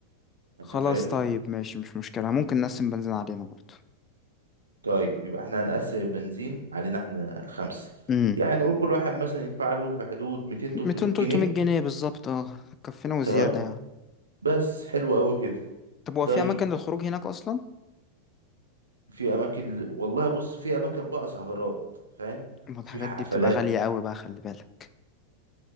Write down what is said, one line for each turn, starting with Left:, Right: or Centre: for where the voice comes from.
Right: انت
Left: خلاص
Right: فاهمني
Left: طيب ماشي مش مشكلة ممكن نقسم بنزين علينا برضه
Right: طيب يبقى احنا هنقسم البنزين علينا احنا الخمسة
Left: امم
Right: يعني نقول كل واحد مثلا يدفع له في حدود 200 300
Left: 200 300
Right: جنيه
Left: جنيه بالظبط اه هتكفينا وزيادة
Right: تمام
Left: يعني
Right: بس حلو قوي كده
Left: طب هو
Right: طيب
Left: في اماكن للخروج هناك اصلا
Right: في اماكن والله بص في اماكن بقى سهرات فاهم
Left: ما الحاجات
Right: في حفلات
Left: دي بتبقى غالية قوي بقى خلي بالك